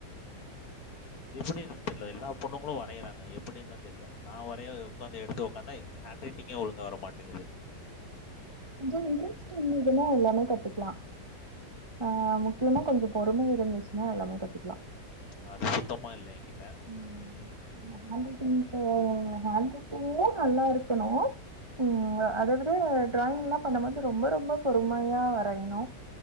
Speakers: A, on the left (about 55°); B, on the right (about 25°).
A: இது எப்டி என்னன் தெர்ல எல்லா பொண்ணுங்குளு வரையறாங்க எப்டின்தா தெர்ல நா வரைய உக்காந்த எடுத்து உக்காந்தா ஹேண்ட் ரைட்டிங்கே ஒழுங்கா வரமாட்டேங்குது
B: கொஞ்சொ இன்ட்ரெஸ்ட் இருதுதுன்னா எல்லாமே கத்துக்லா
A: ம்.
B: ஆ ஆமா முக்கியமா கொஞ்சொ பொறுமை இருந்துச்சின்னா எல்லாமே கத்துக்லா
A: அது சுத்தமா இல்ல எங்கி
B: ம் ஹேண்ட்ரைடிங்கே ஹேண்ட்ரைட்டிங்லா நல்லா இருக்கணு ம் அ அதவிட டிராயிங் எல்லா பண்ணபோது ரொம்ப ரொம்ப பொறுமையா வரையனு